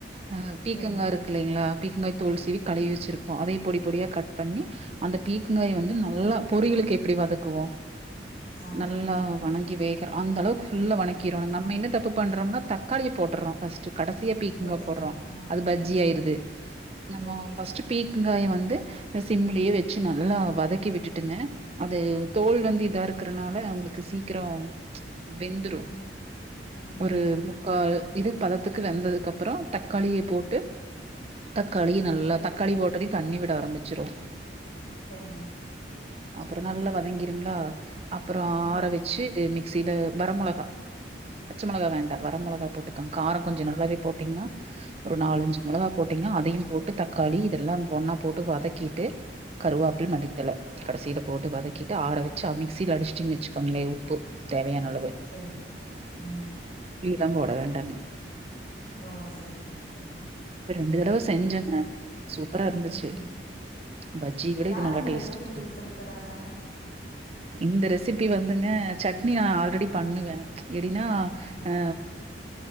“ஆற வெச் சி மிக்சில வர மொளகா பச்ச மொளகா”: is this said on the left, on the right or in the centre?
Right